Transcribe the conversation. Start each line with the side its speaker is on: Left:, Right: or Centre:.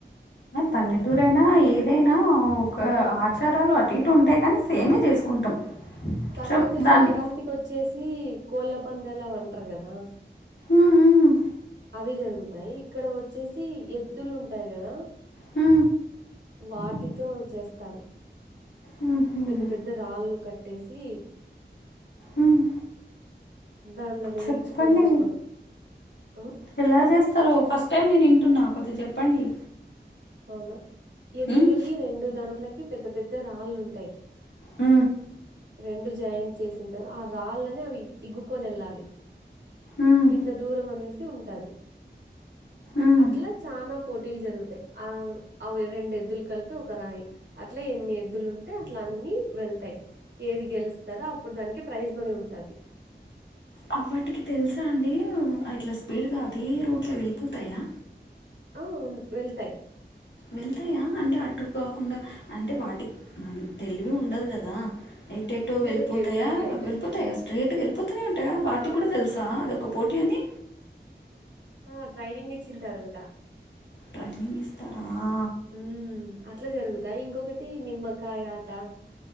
Left: పల్లెటూరు అయినా ఏదైనా ఒక
Right: ఉమ్
Left: ఆట్ ఆచారాలు అటు ఇటు ఉంటాయ్ కానీ సేమే చేసుకుంటాం
Right: కాకపోతే
Left: చం దాన్ని
Right: సంక్రాంతికి వచ్చేసి కోళ్ల పందాలు అవి అంట్ర కదా
Left: ఉహు
Right: అవి జరుగుతాయ్ ఇక్కడ వచ్చేసి ఎద్దులు ఉంటాయి కదా
Left: ఉ
Right: వాటితో చేస్తారు
Left: ఉమ్, ఉమ్,
Right: పెద్ద పెద్ద రాళ్ళు కట్టేసి
Left: ఉమ్.
Right: దాన్లనే
Left: చెప్పండి
Right: ఈడ్చుకొని పొమ్మను ఉ
Left: ఎలా జేస్తరో ఫస్ట్ టైం నేను ఇంటున్నా కొద్దిగా చెప్పండి.
Right: అవునా ఎద్దులుకి
Left: ఉమ్,
Right: రెండు దాన్లకి పెద్ద పెద్ద రాళ్ళుంటాయి.
Left: ఊ
Right: రెండు జాయింట్ చేసింటారు ఆ రాళ్ళనే అవి ఇగ్గుకొని ఎళ్ళాలి
Left: ఉమ్,
Right: ఇంత దూరం అనేసి ఉంటాది.
Left: ఉమ్.
Right: అట్లా చానా పోటీల్ జరుగుతయి ఆ అవు రెండు ఎద్దులు కలిపి ఒక రాయి అట్ల ఎన్ని ఎద్దులు ఉంటే అట్లా అన్ని వెళ్తాయి. ఏది గెలుస్తదో అప్పుడు దానికి ప్రైజ్ మనీ ఉంటది.
Left: అ వాటికి తెలుసా అండి ఇట్లా స్పీడ్గా అదే రూట్ లో వెళ్ళిపోతాయా
Right: ఆ ఉ వెళ్తాయి.
Left: వెళ్తాయా అంటే అటు కాకుండా అంటే వాటిక్ తెలివి ఉండదు గదా ఏటేటో వెళ్ళిపోతాయా
Right: లేదు లేదు వెళ్తాయి
Left: వెళ్ళితాయా స్ట్రైట్ గా ఎళ్ళిపోతునే ఉంటాయా వాటికి
Right: ఆ
Left: గుడ తెలుసు ఆ అదొక పోటీ అని
Right: ఆ ఆ ట్రైనింగ్ ఇచ్చింటారంటా
Left: ట్రైనింగ్ ఇస్తారా ఆ
Right: ఉ అట్లా జరుగుతాయి ఇంకొకట్ టి నిమ్మకాయ ఆట